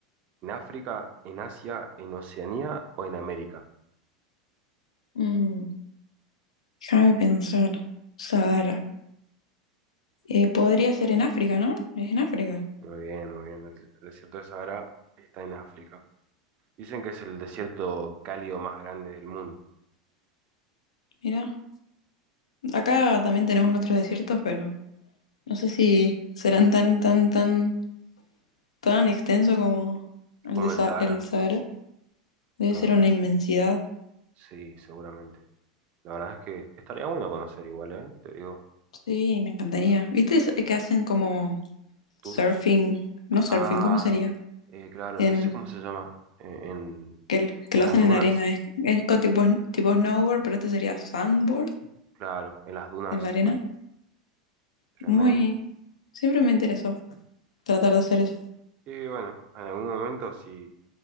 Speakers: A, on the right; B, on the left.
A: ¿En África, en Asia, en Oceanía o en América?
B: Mm, déjame pensar. Sahara. Eh, podría ser en África, ¿no? Es en África.
A: Muy bien, muy bien. El desierto de Sahara está en África. Dicen que es el desierto cálido más grande del mundo,
B: Mira, acá también tenemos nuestros desiertos, pero no sé si serán tan, tan, tan, tan extenso como el
A: como
B: de Sa-
A: el Sahara.
B: el Sahara. Debe
A: No,
B: ser una inmensidad.
A: sí, seguramente. La verdad es que estaría bueno conocer igual, ¿eh? Te digo,
B: Sí, me encantaría.
A: mm,
B: ¿Viste es- que hacen como
A: tours.
B: surfing? No surfing,
A: Ah,
B: ¿cómo sería?
A: eh, claro,
B: En
A: no sé cómo se llama. Eh, en,
B: que, l- que
A: en
B: lo
A: las
B: hacen
A: dunas,
B: en arena. Es, es co- tipo, sn- tipo snowboard, pero este sería sandboard
A: claro, en las dunas,
B: en la arena.
A: ah, tremendo.
B: Muy. Siempre me interesó tratar de hacer eso.
A: Y bueno, en algún momento si,